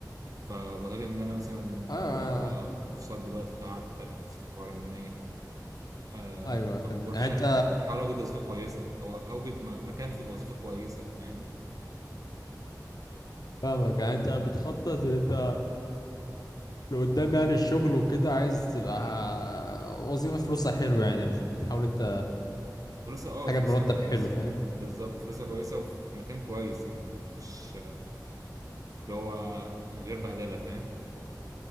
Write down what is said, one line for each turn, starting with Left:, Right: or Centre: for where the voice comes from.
Right: فبطلت ان انا مثلا
Left: ايوه
Right: ابدا آه، كورسات دلوقتي فقعدت اركز في حوار ان انا ايه آه،
Left: ايوه فهمت
Right: اخد كورس
Left: يعني
Right: عشان
Left: انت
Right: احاول اوجد وظيفه كويسه او اوجد م- مكان في وظيفه كويسه فاهمني
Left: فاهمك يعني انت بتخطط ان انت لقدام يعني الشغل وكده عايز تبقى وظيفه فلوسها حلو يعني بتحاول انت
Right: فلوسها اه
Left: حاجه
Right: فلوسها
Left: بمرتب
Right: كويسه
Left: حلو فاهم
Right: بالظبط فلوسها كويسه وفي مكان كويس يعني مش اللي هو من غير بهدله فاهم